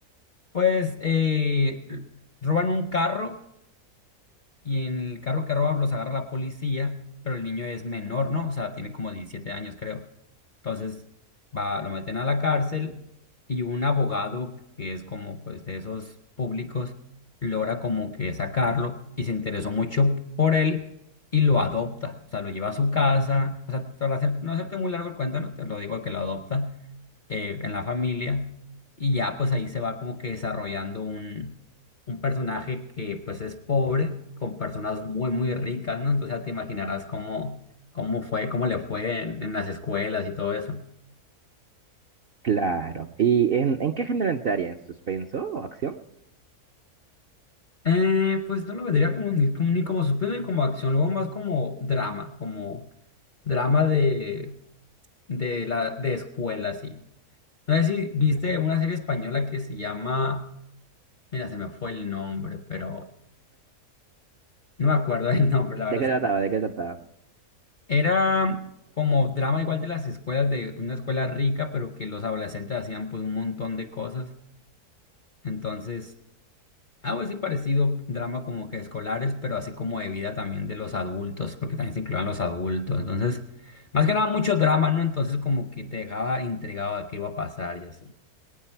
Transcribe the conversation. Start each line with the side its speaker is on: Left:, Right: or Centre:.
Left: pues eh, l- roban un carro y en el carro que roban los agarra la policía, pero el niño es menor, ¿no? O sea, tiene como 17 años, creo. Entonces va, lo meten a la cárcel y un abogado que es como pues de esos públicos logra como que sacarlo y se interesó mucho por él y lo adopta, o sea, lo lleva a su casa, o sea, para hacer- no hacerte muy largo el cuento, no te lo digo que lo adopta eh, en la familia y ya pues ahí se va como que desarrollando un, un personaje que pues es pobre con personas muy muy ricas, ¿no? Entonces ya te imaginarás cómo ¿Cómo fue? ¿Cómo le fue en, en las escuelas y todo eso?
Right: Claro. ¿Y en, en qué género entraría? ¿En suspenso o acción?
Left: Eh, pues no lo vendría como ni como, ni como suspenso ni como acción, luego más como drama, como drama de, de, la, de escuela, sí. No sé si viste
Right: Claro.
Left: una serie española que se llama, mira, se me fue el nombre, pero no me acuerdo el <laughs> nombre, la verdad.
Right: ¿De qué trataba? ¿De qué trataba?
Left: Era como drama igual de las escuelas, de una escuela rica, pero que los adolescentes hacían pues un montón de cosas. Entonces Algo así parecido, drama como que escolares, pero así como de vida también de los adultos, porque también se incluían los adultos. Entonces, más que nada mucho drama, ¿no? Entonces como que te dejaba intrigado a qué iba a pasar y así.